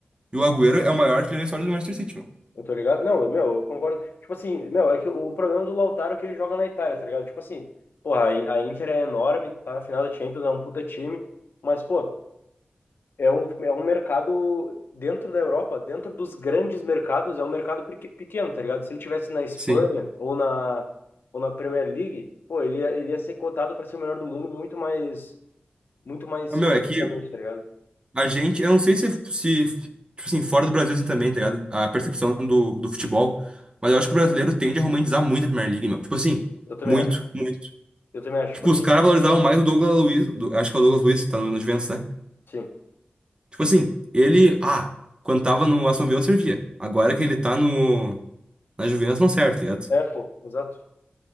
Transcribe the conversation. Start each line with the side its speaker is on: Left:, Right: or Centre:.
Right: E o Agüero é o maior artilheiro da história do Manchester City, meu.
Left: Eu tô ligado? Não, meu, eu concordo. Tipo assim, meu, é que o problema do Lautaro é que ele joga na Itália, tá ligado? Tipo assim, porra, a In- a Inter é enorme, tá na final da Champions, é um puta time, mas, pô, é um, é um mercado dentro da Europa, dentro dos grandes mercados, é um mercado peque- pequeno, tá ligado? Se ele tivesse na Espanha
Right: Sim.
Left: ou na, ou na Premier League, pô, ele ia, ele ia ser cotado pra ser o melhor do mundo muito mais, muito mais
Right: Mas, Meu,
Left: completamente,
Right: é que
Left: tá ligado?
Right: a gente, eu não sei se, se, tipo assim, fora do Brasil assim também, tá ligado? A percepção do, do futebol. Mas eu acho que o brasileiro tende a romantizar muito a Premier League, meu. Tipo assim,
Left: Eu também
Right: muito,
Left: acho.
Right: muito.
Left: Eu também acho,
Right: Tipo,
Left: tipo assim,
Right: os caras valorizavam mais o Douglas Luiz, do- acho que é o Douglas Luiz, tá no no Juventus, né?
Left: sim.
Right: Tipo assim, ele. Ah, quando tava no Aston Villa servia. Agora que ele tá no. Na Juventus não serve, tá ligado?
Left: É, pô, exato.